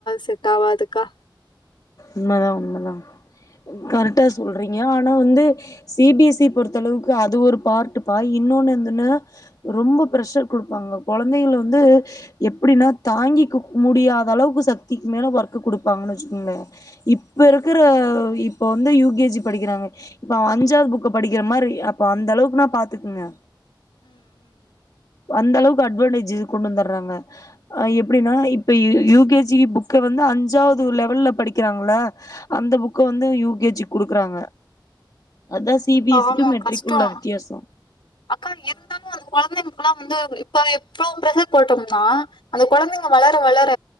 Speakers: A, on the left; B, on the left.
A: செட் ஆவாதுக்கா
B: உண்மதா உண்மதா கரெக்டா சொல்றீங்க ஆனா வந்து சி பி எஸ் இ பொறுத்தளவுக்கு அது ஒரு பார்ட் பா இன் இன்னுனு என்னான ரொம்ப பிரஷர் கொடுப்பாங்க கொழந்தைங்கள வந்து எப்டினா தாங்கி க்கு முடியாத அளவுக்கு சக்திக்கு மேல ஒர்க்கு கொடுப்பாங்கன்னு வச்சுக்கோங்களே இப்ப இருக்கிற இப்ப வந்து யூ கே ஜி படிக்கிறாங்க இப்ப அஞ்சாது புக்க படிக்கிற மாரி அப்போ அந்த அளவுக்கு நா பாத்துக்குங்க அந்த அளவுக்கு அட்வான்டேஜ் இது கொண்டு வந்துடுறாங்க எப்புடின்னா இப்ப யூ கே ஜி புக்க வந்து அஞ்சாவது லெவல்ல படிக் க்கிறாங்கள அந்த புக்க வந்து யூ கே ஜி கொடுக்குறாங்க அதா சி பி
A: பாவோ
B: எஸ் சி க்கு மெட்ரிக்
A: கஷ்டோ
B: உள்ள வித்தியாச
A: அக்கா இருந்தாலு அந்த கொழந்தைங்களுக்கெல்லா வந்து இப்பவே டூ பிரசர் போட்டம்னா அந்த கொழந்தைங்க வளர வளர